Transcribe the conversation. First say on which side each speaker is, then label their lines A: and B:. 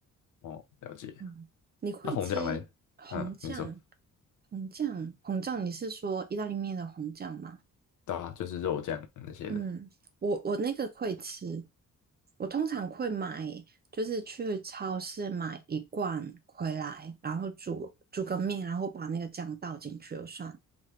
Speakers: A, on the left; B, on the right.
A: 哦，了解。
B: 嗯，你会吃红酱？
A: 那红酱嘞？嗯，你说，
B: 红酱，红酱，你是说意大利面的红酱吗？
A: 对啊，就是肉酱那些的。
B: 嗯，我我那个会吃，我通常会买，就是去超市买一罐回来，然后煮煮个面，然后把那个酱倒进去就算